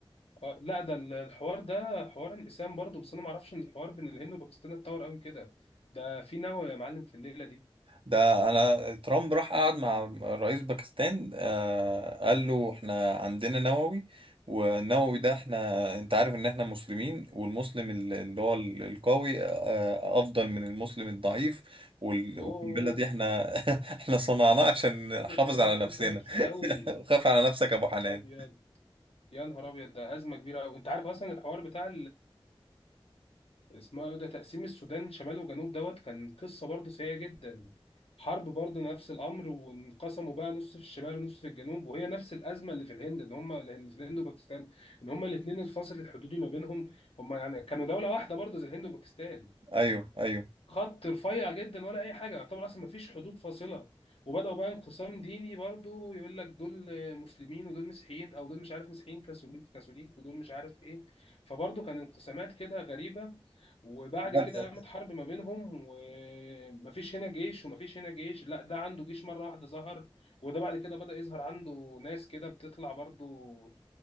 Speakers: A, on the left; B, on the right.
A: آه لا ده ال- الحوار ده حوار انقسام برضه بس انا ما اعرفش ان الحوار بين الهند وباكستان اتطور قوي كده. ده في نوى يا معلم في الليله دي.
B: ده انا ترامب راح قعد مع رئيس باكستان آه قال له احنا عندنا نووي والنووي
A: مم.
B: ده احنا انت عارف ان احنا مسلمين والمسلم ال- اللي هو ال- القوي آه افضل من المسلم الضعيف وال-
A: اوف
B: والقنبله دي احنا <laughs> احنا صنعناها عشان
A: عمرو
B: نحافظ
A: دخل
B: على
A: في
B: نفسنا
A: حته وحشه قوي.
B: <laughs> خاف على نفسك يا
A: يا
B: ابو
A: نهار
B: حنان
A: ابيض يا نهار ابيض ده ازمه كبيره قوي. انت عارف اصلا الحوار بتاع اسمه ايه ده تقسيم السودان شمال وجنوب دوت كان قصة برضه سيئة جدا حرب برضه نفس الأمر وانقسموا بقى نص في الشمال ونص في الجنوب وهي نفس الأزمة اللي في الهند إن هم اللي في الهند وباكستان إن هم الاتنين الفاصل الحدودي ما بينهم هم يعني كانوا دولة واحدة برضه زي الهند وباكستان
B: ايوه ايوه
A: خط رفيع جدا ولا اي حاجه يعتبر اصلا ما فيش حدود فاصله وبداوا بقى انقسام ديني برضو يقول لك دول مسلمين ودول مسيحيين او دول مش عارف مسيحيين كاثوليك كاثوليك ودول مش عارف ايه فبرضو كان انقسامات كده غريبه وبعد
B: لا،
A: كده قامت حرب ما بينهم ومفيش هنا جيش ومفيش هنا جيش لا ده عنده جيش مره واحده ظهر وده بعد كده بدأ يظهر عنده ناس كده بتطلع برضو